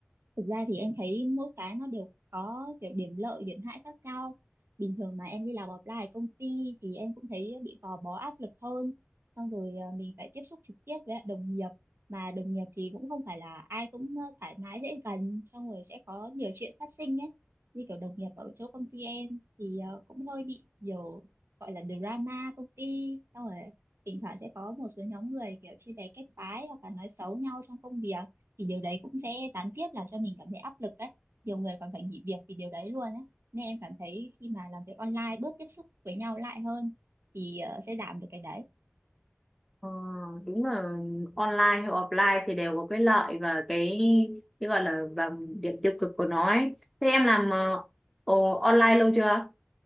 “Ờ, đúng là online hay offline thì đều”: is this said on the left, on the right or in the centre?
Centre